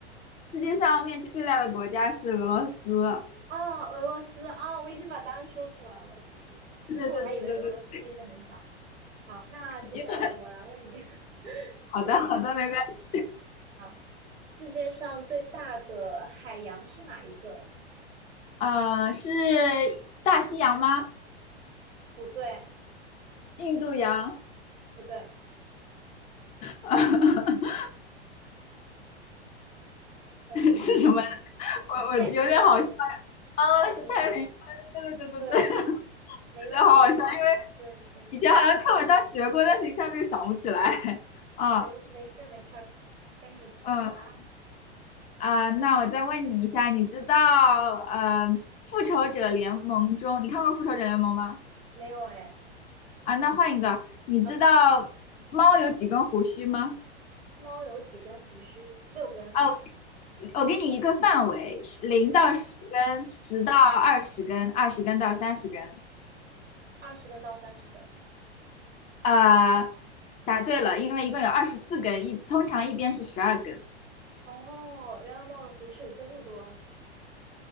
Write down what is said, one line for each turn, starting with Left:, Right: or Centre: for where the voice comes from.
Left: 世界上面积最大的国家是俄罗斯。
Right: 哦，俄罗斯，哦，我已经把答案说出来了，其实，
Left: <laughs> 对对对对对对，
Right: 但是我还以为俄罗斯面积很小。好，那接下来我来问你，
Left: <laughs>
Right: <laughs> 接
Left: 好的好的，
Right: 下来我来问你一个。
Left: 没关系。
Right: 好，世界上最大的海洋是哪一个？
Left: 啊、呃是大西洋吗？
Right: 不对，
Left: 印度洋？
Right: 不对，
Left: <laughs>
Right: 嗯，
Left: 是什么？我我有点好笑
Right: 太平洋，
Left: 哦，
Right: 太平洋，
Left: 是太平洋。对对对对对，
Right: 对，没问，
Left: 我觉得好好笑，
Right: 没错，
Left: 因为
Right: 对对，
Left: 以前好像课本上学过，但是一下子就想不起来。<laughs> 嗯
Right: 没没事儿没事儿，该你问我啦。
Left: 嗯啊、那我再问你一下，你知道呃《复仇者联盟》中，你看过《复仇者联盟》吗？
Right: 没有哎
Left: 啊，那换一个，你知道猫有几根胡须吗？
Right: ，OK，猫有几根胡须？六根，
Left: 啊。我给你一个范围，零到十根，
Right: 嗯，
Left: 十到二十根，二十根到三十根。
Right: 二十根到三十根。
Left: 呃，答对了，因为一共有二十四根，一通常一边是十二根。
Right: 哦，原来猫的胡须有这么多。